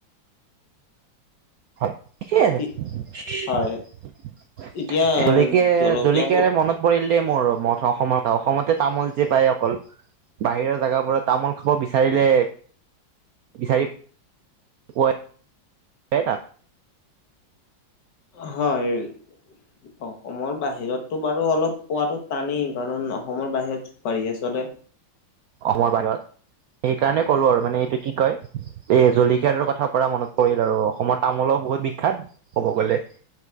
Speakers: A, on the right (about 75°); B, on the left (about 65°).
A: হয় ঠিক আৰু
B: কি
A: টি জলকীয়াৰে
B: হয় এতিয়া জলকীয়াবোৰ
A: জলকীয়াৰে মনত পৰিল দেই মোৰ মঠং অসমৰ ক অসমতে তামোল যে পায় অকল বাহিৰৰ জাগাবোৰত তামোল খাব বিচাৰিলে বিচাৰি পোৱা এ টান
B: হয় ই অসমৰ বাহিৰতটো বাৰু অলপ পোৱোতো টানেই কাৰণ অসমৰ বাহিৰত পাৰি আচলতে
A: অসমৰ বাহিৰত সেইকাৰণে কলো আৰু মানে এইটো কি কয় এ জলকীয়াৰ কথা পৰা মনত পৰিল আৰু অসমৰ তামোলও বহুত বিখ্যাত ক'ব গলে